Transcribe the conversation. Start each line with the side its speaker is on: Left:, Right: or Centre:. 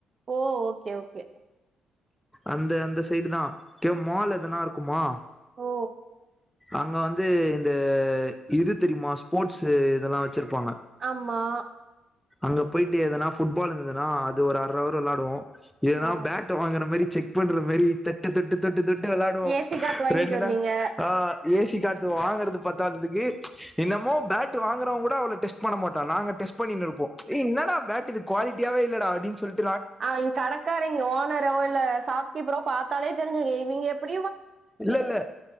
Right: ஓ ஓகே ஓகே
Centre: அந்த அந்த சைடு தான் மால் எதனா இருக்குமா
Right: ஓ
Centre: அங்க வந்து இந்த இது தெரியுமா ஸ்போர்ட்ஸ் இதெல்லாம் வச்சிருப்பாங்க
Right: ஆம்மா
Centre: அங்க போயிட்டு எதனா புட்பால் இருந்ததுன்னா அது ஒரு அரை அவர் விளாடுவோம் ஏன்னா
Right: ஓ
Centre: பேட் வாங்கற மாதிரி செக் பண்ற மாரி தொட்டு தொட்டு தொட்டு தொட்டு விளாடுவோம்
Right: ஏசி காத்து வாங்கிட்டு
Centre: ரெண்டு
Right: வருவீங்க
Centre: நாள் ஆஹ் ஏசி காத்து வாங்கற பத்தாதுக்கு இன்னமோ பேட் வாங்குறவங்க கூட அவ்ளோ டெஸ்ட் பண்ண மாட் நாங்க டெஸ்ட் பண்ணிருக்கோம் என்னடா பேட் இது குவாலிட்டியாவே இல்லட அப்டின்னு சொல்லி
Right: அஹ் கடக்கார இங்க ஓனர்ரோ உள்ள சாப்கீப்போ பாத்தாலே தெரி்ஞ்சு இவிங்க எப்புடி
Centre: இல்ல இல்ல